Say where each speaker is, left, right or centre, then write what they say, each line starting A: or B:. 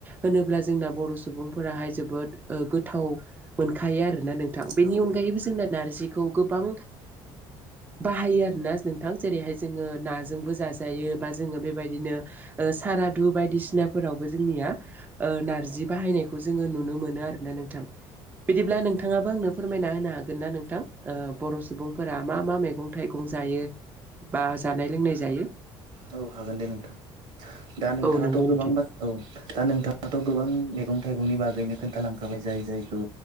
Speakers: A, on the right; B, on the right.
A: होनोब्ला जोंना बर' सुबुं फोराहाय जोबोद गोथाव मोनखायो आरोना नोंथां। बेनि
B: औ
A: अनगायैबो
B: औ
A: जोंना नारजि खौ गोबां बाहायो आरोना नोंथां। जेरैहाय जोङो नाजोंबो जाजायो बा जोङो बेबायदिनो सारादु बायदिसिनाफोरावबो जोंनिया नार्जि बाहायनायखौ जोङो नुनो मोनो आरो ना नोंथां। बिदिब्ला नोंथाङाबो आंनो फोरमायना होनो हागोन ना नोंथां? ओ बर' सुबुंफोरा मा मा मैगं थाइगं जायो? बा जानाय लोंनाय जायो‌‍‌‌?
B: औ हागोन दे नोंथां। दा नोंथाङाथ'
A: औ नंगौ
B: गोबां
A: नोंथां
B: बाथ्रा औ दा नोंथाङाथ' गोबां मैगं थाइगंनि बागैनो खोन्थालांखाबाय जाय जायखौ